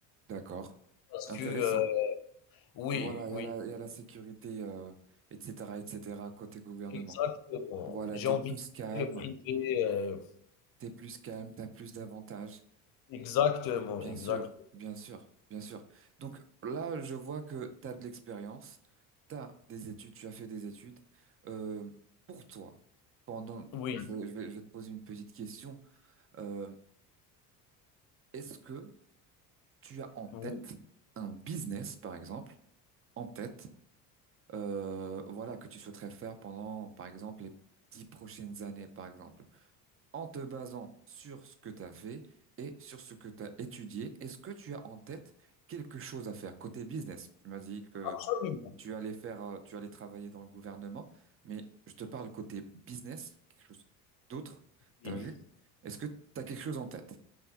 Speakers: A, on the right; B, on the left.
A: d'accord.
B: parce
A: Intéressant.
B: que, heu oui,
A: Voilà, il
B: oui,
A: y a la, il y a la sécurité, euh, etc., etc., côté gouvernement.
B: exactement.
A: Voilà,
B: J'ai
A: t'es
B: envie
A: plus
B: de quitter
A: calme,
B: le privé, heu
A: t'es plus calme, t'as plus d'avantages.
B: exactement,
A: Bien
B: exactement.
A: sûr, bien sûr, bien sûr. Donc là, je vois que t'as de l'expérience, t'as des études, tu as fait des études. Euh, pour toi, pendant,
B: Oui,
A: je, vais, je vais je vais te poser une petite question. Euh, est-ce que tu as en tête
B: oui,
A: un business, par exemple, en tête? euh, voilà, que tu souhaiterais faire pendant, par exemple, les dix prochaines années, par exemple, en te basant sur ce que tu as fait et sur ce que tu as étudié, est-ce que tu as en tête quelque chose à faire côté business? Tu m'as dit que
B: absolument,
A: tu allais faire, euh, tu allais travailler dans le gouvernement, mais je te parle côté business, quelque chose d'autre,
B: oui.
A: t'as vu? Est-ce que tu as quelque chose en tête?